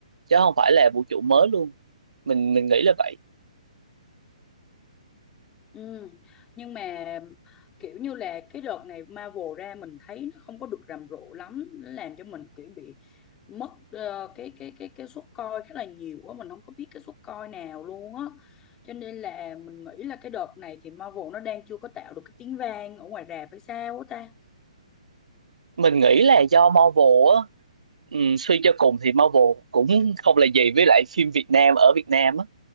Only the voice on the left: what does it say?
ừ. nhưng mà kiểu như là cái đợt này Marvel ra mình thấy nó không có được rầm rộ lắm nó làm cho mình kiểu bị mất ờ, cái cái cái cái suất coi khá là nhiều quá mình không có biết cái suất coi nào luôn á cho nên là mình nghĩ là cái đợt này thì Marvel nó đang chưa có tạo được cái tiếng vang ở ngoài rạp hay sao á ta